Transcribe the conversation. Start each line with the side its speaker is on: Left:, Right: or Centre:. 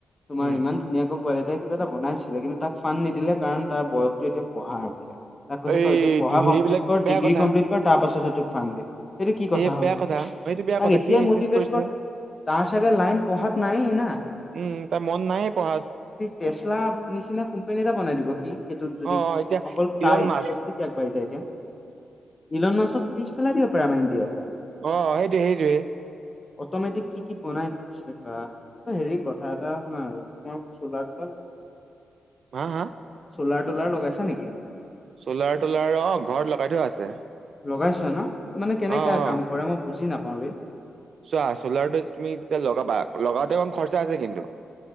Left: তোমাৰ
Right: উম।
Left: ইমান ধুনীয়াকৈ পোৱালি এটাই কিবা এটা বনাইছিলে কিন্তু তাক ফানণ্ড নিদিলে কাৰণ তাৰ বয়সটো এতিয়া পঢ়াৰ বোলে। তাক কৈছে
Right: এইটো
Left: তই এতিয়া পঢ়া
Right: সেইবিলাক
Left: কমপ্লিট কৰ
Right: বেয়া
Left: ডিগ্ৰী
Right: কথা।
Left: কমপ্লিট কৰ তাৰ পাছতহে তোক ফান দিম, সেইটো কি কথা
Right: এই
Left: হ'ল
Right: বেয়া
Left: তাক
Right: এইটো বেয়া কথা
Left: এতিয়াই
Right: সি বিজনেচ
Left: মটিভেট
Right: কৰিছে
Left: কৰ। তাৰ চাগে লাইন পঢ়াত নাই না।
Right: উম তাৰ মন নাই পঢ়াত।
Left: তেচলা নিচিনা কোম্পানী এটা বনাই দিব সি সেইটোত যদি
Right: অ', এতিয়া
Left: অকল তাই
Right: ইলন মাছ
Left: <unintelligible> গাঢি যছে এতিয়া ইলন মাছক পিছ পেলাই দিব পাৰো আমাৰ ইণ্িয়া এটা
Right: অ সেইটোৱে সেইটোৱে।
Left: অটমেটিক কি কি বনাই দিছে বা। হেৰি কথা এটা শুনা আৰু তোমাৰ চোলা তোলা লাগিছে <unintelligible>
Right: হা হা
Left: চ'লাৰ টলাৰ লগাইছা নেকি।
Right: চ'লাৰ টলাৰ অ ঘৰত লগাই থোৱা আছে।
Left: লগাইছা ন, মানে কেনেকা
Right: অ', অ',
Left: কাম কৰে মই বুজি নাপাও বে।
Right: চোৱা চ'লাৰটো তুমি যেতিয়া লগাবা লগাওতে অকন খৰচা আছে কিন্তু।